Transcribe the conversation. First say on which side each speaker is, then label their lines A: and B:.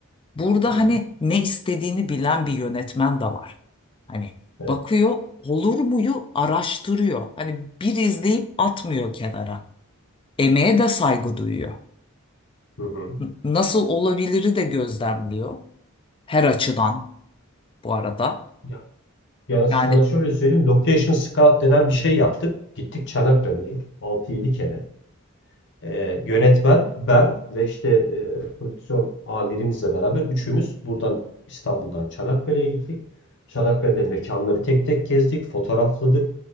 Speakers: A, on the left; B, on the left.
A: Burada
B: Hı hı,
A: hani ne istediğini bilen bir yönetmen de var. Hani
B: evet.
A: bakıyor olur muyu araştırıyor. Hani bir izleyip atmıyor kenara. Emeğe de saygı duyuyor.
B: Hı hı.
A: N- Nasıl olabiliri de gözlemliyor. Her açıdan bu arada.
B: Ya, ya
A: Yani
B: sana şöyle söyleyeyim. Location scout denen bir şey yaptık. Gittik Çanakkale'ye 6-7 kere. e, yönetmen, ben ve işte e, prodüksiyon amirimizle beraber üçümüz buradan İstanbul'dan Çanakkale'ye gittik. Çanakkale'de mekanları tek tek gezdik, fotoğrafladık.